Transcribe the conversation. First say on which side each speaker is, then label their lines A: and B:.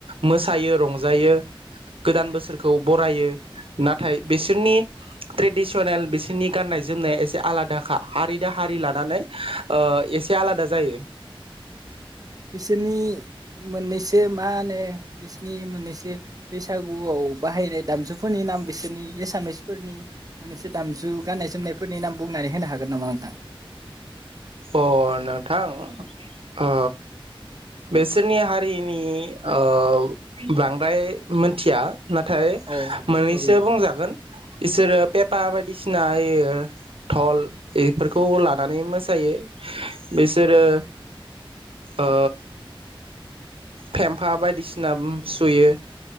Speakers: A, on the right (about 70°); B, on the right (about 40°).
A: मोसायो रंजायो गोदान बोसोरखौ बरायो नाथाय बिसोरनि ट्रेडिसनेल बिसिनि गाननाय जोमनाया एसे आलादाखा हारि दा हारि लानानै ओ एसे आलादा जायो।
B: बिसोरनि। मोननैसो मा होनो बिसिनि मोननैसो बैसागुआव बाहायनाय दामजुफोरनि नाम बिसोरनि एसामिसफोरनि मोननैस दामजु गाननाय जोमनायफोरनि नाम बुंनानै होनो हागोन नामा नोंथां?
A: अ नोंथां ओ बिसोरनि हारिनि ओ बांद्राय मोनथिया। नाथाय
B: औ
A: मोननैसो
B: औ
A: बुंजागोन। इसोरो पेपा बायदिसि नायो टल एफोरखौ लानानै मोसायो। बिसोरो ओ फेमफा बायदिसिना सुयो